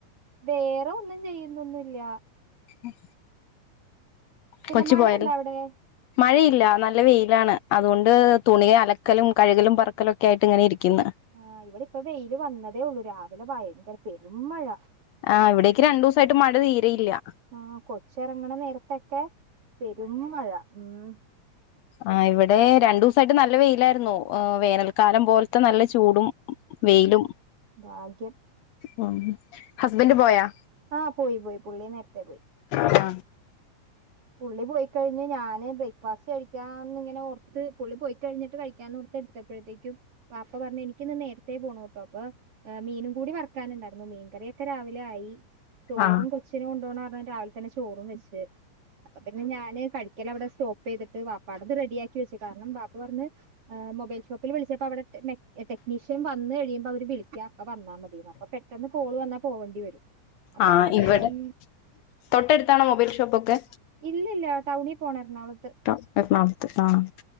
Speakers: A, on the right (about 45°); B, on the left (about 75°).
A: വേറെ ഒന്നും ചെയ്യുന്നൊന്ന്ല്ല
B: ഉം
A: പിന്നെ
B: കൊച്ച്
A: മഴയുണ്ടോ
B: പോയടി
A: അവിടെ
B: മയയില്ല നല്ല വെയിലാണ് അതുകൊണ്ട് തുണിയെ അലക്കലും കഴുകലും പറക്കലുംക്കെയായിട്ട് ഇങ്ങനെ ഇരിക്കുന്ന്.
A: ആഹ് ഇവിടെ ഇപ്പ വെയില് വന്നതേ ഉള്ളൂ രാവിലെ വയങ്കരപെരും മഴ
B: ആ ഇവിടേക്ക് രണ്ടു ദിവസായിട്ട് മഴ തീരെയില്ല
A: ആ കൊച്ചറങ്ങണ നേരത്തൊക്കെ പെരും മഴ ഉം.
B: ആ ഇവടെ രണ്ടുസായിട്ട് നല്ല വെയിലായിരുന്നു അ് വേനൽക്കാലം പോലത്തെ നല്ല ചൂടും വെയിലും
A: ഉം ഭാഗ്യം
B: ഹ്മ് ഹസ്ബൻഡ് പോയോ
A: ആ പോയി പോയി പുള്ളി നേരത്തെ പോയി.
B: ആ
A: പുള്ളി പോയി കഴിഞ്ഞ് ഞാന് ബ്രേക്ക്ഫാസ്റ്റ് കഴിക്കാന്ന്ങ്ങനെ ഓർത്ത് പുള്ളി പോയിക്കഴിഞ്ഞിട്ട് കഴിക്കാന്ന് ർത്ത്ത്തെടുത് പ്പോഴത്തേക്കും വാപ്പ പറഞ്ഞ എനിക്കിന്ന് നേരത്തെേ പോണോട്ട അപ്പൊ ഏ മീനുംകൂടി വറുക്കാന്ണ്ടായിരുന്നു മീൻകറിയൊക്കെ രാവിലെ ആയി ചോറും
B: ആ
A: കൊച്ചിന് കൊണ്ടോണാറ്ണം രാവിലെ തന്നെ ചോറും വെച്ച് അപ്പപിന്നെ ഞാന് കഴിക്കല അവിടെ സ്റ്റോപ്പ് ചെയ്തിട്ട് വാപ്പ അടത്റെഡിയാക്കി വെച്ചു കാരണം വാപ്പ പറഞ്ഞ് ആ മൊബൈൽ ഷോപ്പിൽ വിളിച്ചപ്പോ അവടെ ടെക് നെക് എ ടെക്നീഷ്യംവന്ന് കഴിയുമ്പൊ അവര് വിളിക്കാ അപ്പ വന്നാ മതിന്ന് അപ്പൊ പെട്ടെന്ന് കോള് വന്നാ പോകണ്ടി വരും അപ്പൊ
B: ആഹ്
A: പിന്നെ
B: ഇവിടെ
A: വേഗം
B: തൊട്ടടുത്താണോ മൊബൈൽ ഷോപൊക്കെ
A: ഇല്ല ഇല്ല ടൗണിൽ പോണം എറണാകുളത്ത്
B: <unintelligible> എറണാകുളത്ത് ആഹ്